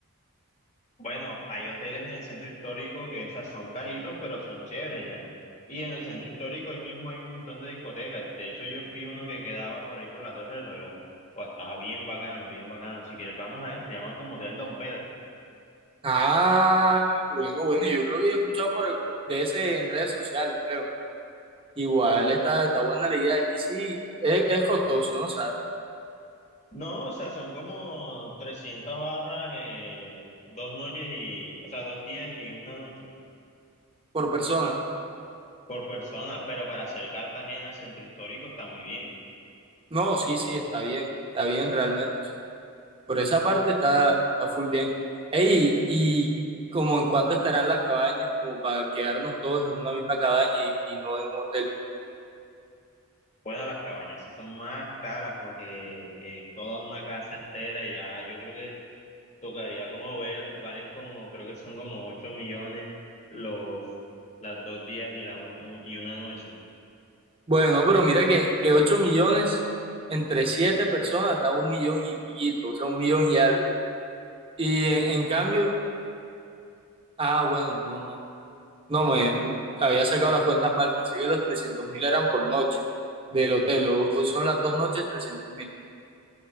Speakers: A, on the left; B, on the right.
A: Bueno, hay hoteles en el centro histórico que esas son caritos, pero son chéveres ya. Y en el centro histórico ahí mismo hay un montón de discotecas. De hecho, yo fui uno que quedaba por ahí por la Torre del Reloj. O estaba bien bacano, bien bacano. Si quieres, vamos a ese. Se llama como Hotel Don Pedro.
B: Ah, bueno, bueno, yo creo que yo he escuchado por, por- de ese en redes sociales, creo. Igual está, está buena la idea. Y sí, es, es costoso, ¿no sabes?
A: No, o sea, son como 300 barras, eh, dos noches y, o sea, dos días y una noche
B: Por persona.
A: por persona. Pero para hacer Cartagena centro histórico está muy bien.
B: No, sí, sí, está bien, está bien realmente. o sea, por esa parte está, está full bien. Ey, y como en cuánto estarán las cabañas, como para quedarnos todos en una misma cabaña y, y no en un hotel.
A: Bueno, las cabañas sí son más caras porque eh, toda una casa entera ya yo creo que tocaría como ver, valen como, creo que son como 8 millones los, las dos días y la una, y una noche.
B: Bueno, pero mira que, que 8 millones entre 7 personas da un millón y piquito, o sea, un millón y algo. Y en, en cambio, ah, bueno, no, no, no, no me había sacado las cuentas mal, pensé que los trescientos mil eran por noche del hotel, o, o son las dos noches 300.000.